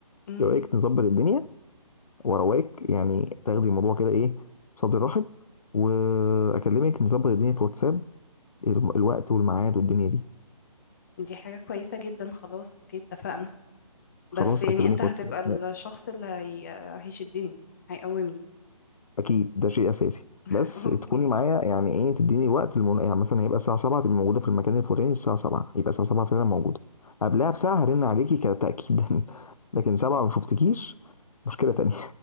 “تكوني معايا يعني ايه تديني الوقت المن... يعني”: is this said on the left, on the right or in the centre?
Left